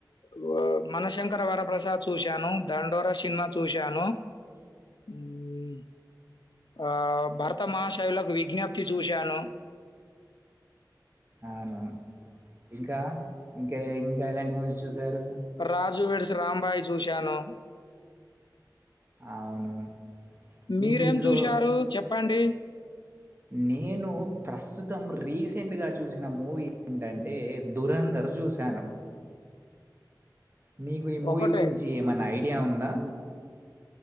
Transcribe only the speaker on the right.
అవును ఇంకా ఇంకేవేవి ఇంకా ఎలాంటి మూవీస్ చూసారు
అవును.
మీకు ఇందులో
నేను ప్రస్తుతం రీసెంట్ గా చూసిన మూవీ ఏంటంటే దురంధర్ ర్ జూసాను మీకు ఈ మూవీ
గురించి ఏమన్న ఐడియా ఉందా?